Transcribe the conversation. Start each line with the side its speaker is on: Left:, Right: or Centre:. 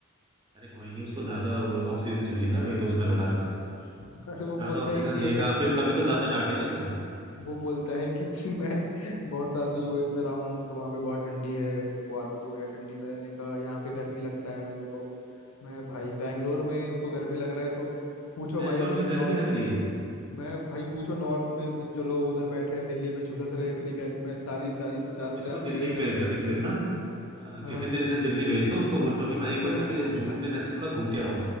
Right: अरे कोई नहीं उसको ज्यादा वो ऑक्सीजन चाहिए ना भाई तो उसने लगा रखा सब कुछ
Left: <laughs> अरे वो बोलते
Right: ज्यादा ऑक्सीजन
Left: हैं कि
Right: लेगा फिर तभी तो ज्यादा डांटेगा तुम्हें
Left: वो बोलता है कि <laughs> मैं बहुत साल से यूएस में रहा हूँ तो वहाँ पे बहुत ठंडी है तो मेरे को आदत हो गया है ठंडी में रहने का यहाँ पे गर्मी लगता है मेरे को मैं भाई बैंगलोर में इसको गर्मी लग रहा है तो पूछो
Right: बैंगलोर
Left: भाई अभी
Right: में
Left: नॉर्थ
Right: गर्मी लग रही है
Left: मैं भाई पूछो नॉर्थ में जो लोग उधर बैठे हैं दिल्ली में झुलस रहे हैं इतनी गर्मी में चालीस चालीस पचास पचास
Right: इसको
Left: डिग्री
Right: दिल्ली
Left: टेम्परेचर
Right: भेज दो किसी दिन ना अ,
Left: <laughs> हाँ
Right: किसी दिन इसे दिल्ली भेज दो उसको बोलो कि भाई
Left: अरे
Right: एक बार
Left: वो
Right: जाके जून में जाके थोड़ा घूम के आओ